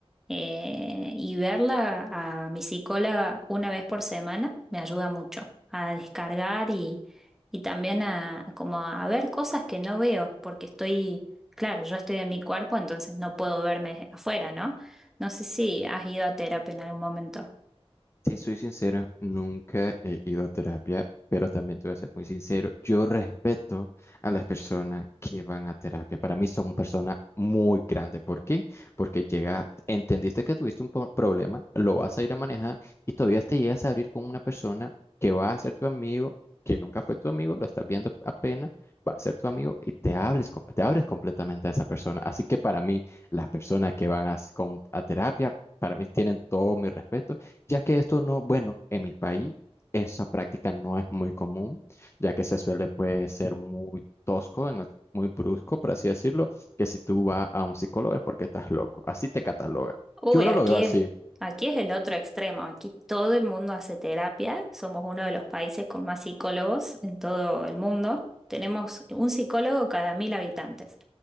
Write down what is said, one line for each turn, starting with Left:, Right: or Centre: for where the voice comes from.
Centre: eh, y verla a mi psicóloga una vez por semana me ayuda mucho a descargar y, y también a, como a ver cosas que no veo, porque estoy, claro, yo estoy en mi cuerpo, entonces no puedo verme afuera, ¿no? No sé si has ido a terapia en algún momento.
Left: Si soy sincero, nunca he ido a terapia, pero también te voy a ser muy sincero, yo respeto a las personas que van a terapia. Para mí son personas muy grandes. ¿Por qué? Porque llega, entendiste que tuviste un po- problema, lo vas a ir a manejar y todavía te llegas a abrir con una persona que va a ser tu amigo, que nunca fue tu amigo, lo estás viendo apenas, va a ser tu amigo y te hables, co- te abres completamente a esa persona. Así que para mí, las personas que van a, s- con- a terapia, para mí tienen todo mi respeto ya que esto no, bueno, en mi país esa práctica no es muy común, ya que se suele pues ser muy tosco, en el- muy brusco, por así decirlo, que si tú vas a un psicólogo es porque estás loco, así te cataloga.
Centre: Uy,
Left: Yo no
Centre: aquí
Left: lo veo así.
Centre: es, aquí es el otro extremo. Aquí todo el mundo hace terapia. Somos uno de los países con más psicólogos en todo el mundo. Tenemos un psicólogo cada mil habitantes.